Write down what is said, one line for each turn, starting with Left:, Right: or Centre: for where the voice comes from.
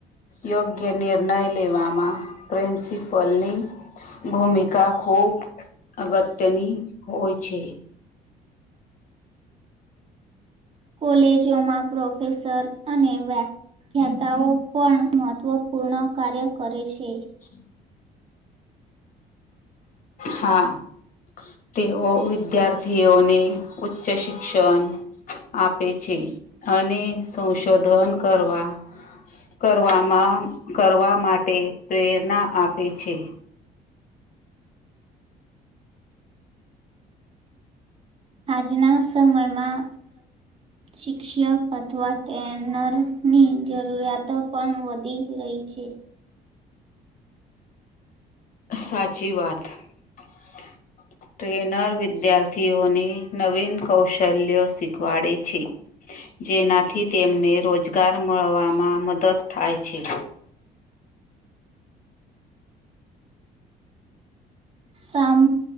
Left: યોગ્ય નિર્ણય લેવામાં પ્રિન્સિપલની ભૂમિકા ખુબ અગત્યની હોય છે.
Right: કોલેજોમાં પ્રોફેસર અને વ્યાખ્યાતાઓ પણ મહત્ત્વપૂર્ણ કાર્ય કરે છે
Left: <inaudible> હા તેઓ વિદ્યાર્થીઓને ઉચ્ચ શિક્ષણ આપે છે અને સંશોધન કરવા કરવામાં કરવા માટે પ્રેરણા આપે છે.
Right: આજના સમયમાં શિક્ષક અથવા ટ્રેનરની જરૂરિયાતો પણ વધી રહી છે.
Left: સાચી વાત <unintelligible> ટ્રેનર વિદ્યાર્થીઓને નવીન કૌશલ્યો શીખવાડે છે. જેનાથી તેમને રોજગાર મળવામાં મદદ થાય છે.
Right: સમ